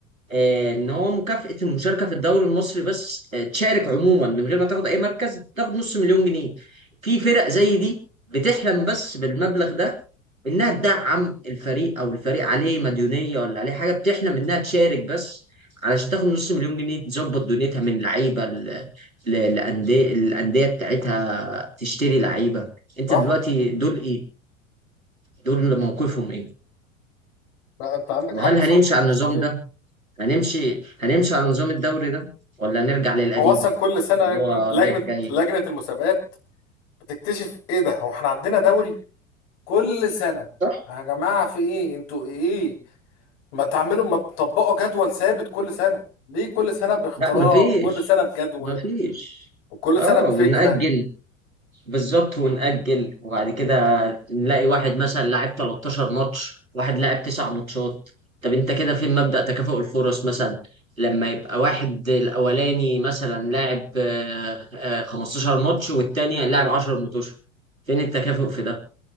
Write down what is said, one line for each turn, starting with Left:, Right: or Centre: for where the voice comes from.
Right: آه ان هو مكافأة المشاركة في الدوري المصري بس آه تشارك عموما من غير ما تاخد اي مركز تاخد نص مليون جنيه في فرق زي دي بتحلم بس بالمبلغ ده انها تدعم الفريق او الفريق عليه مديونيه ولا عليه حاجه بتحلم انها تشارك بس علشان تاخد نص مليون جنيه تظبط دنيتها من لعيبه ل- ل- لأندية الأندية بتاعتها تشتري لعيبة انت
Left: صح
Right: دلوقتي دول ايه دول موقفهم ايه
Left: لا انت عندك
Right: وهل
Left: حق صح
Right: هنمشي
Left: هو
Right: على
Left: مش
Right: النظام
Left: طبيعي
Right: ده هنمشي هنمشي على نظام الدوري ده ولا نرجع للقديم
Left: هو اصلا كل سنه
Right: اللي
Left: لجنه
Right: هو
Left: لجنه
Right: رايح جاي
Left: لجنة المسابقات تكتشف ايه ده هو احنا عندنا دوري كل سنة
Right: صح
Left: يا جماعة في ايه انتوا ايه ما تعملوا ما تطبقوا جدول ثابت كل سنة ليه كل سنة باختراع
Right: لا مفيش
Left: وكل سنة بجدول
Right: مفيش
Left: وكل
Right: اه
Left: سنة بفكرة
Right: ونأجل بالظبط ونأجل وبعد كده نلاقي واحد مثلا لاعب 13 ماتش واحد لاعب 9 ماتشات طب انت كده فين مبدأ تكافؤ الفرص مثلا لما يبقى واحد الأولاني مثلا لاعب آه، آه، 15 ماتش والتاني لاعب 10 ماتش فين التكافؤ في ده